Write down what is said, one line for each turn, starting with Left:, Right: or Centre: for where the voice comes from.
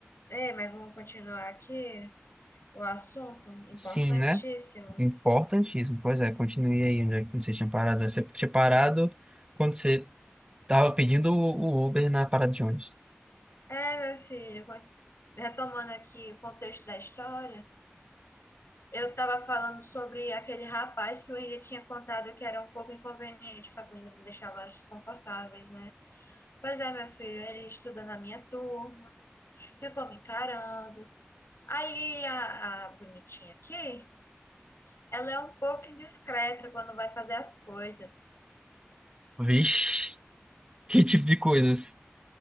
Left: Ei, mas vamos continuar aqui o assunto importantíssimo.
Right: sim, né? Importantíssimo. Pois é, continue aí onde, é que- onde você tinha parado. Você tinha parado quando você tava pedindo o o Uber na parada de ônibus.
Left: É, meu filho, con- retomando aqui o contexto da história, eu tava falando sobre aquele rapaz que o William tinha contado que era um pouco inconveniente com as meninas e deixava elas desconfortáveis, né? Pois é, meu filho, ele estuda na minha turma. ficou me encarando. Aí a, a bonitinha aqui, ela é um pouco indiscreta quando vai fazer as coisas.
Right: Vixe, <laughs> que tipo de coisas.